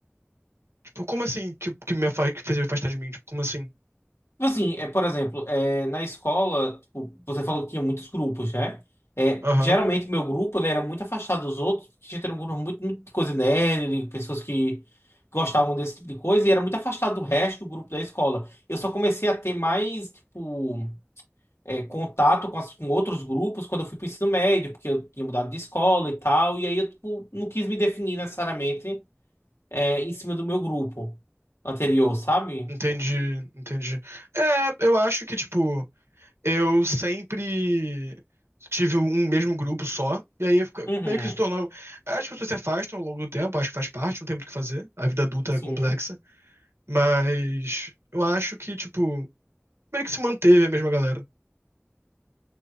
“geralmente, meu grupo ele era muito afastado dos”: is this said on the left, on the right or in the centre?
Left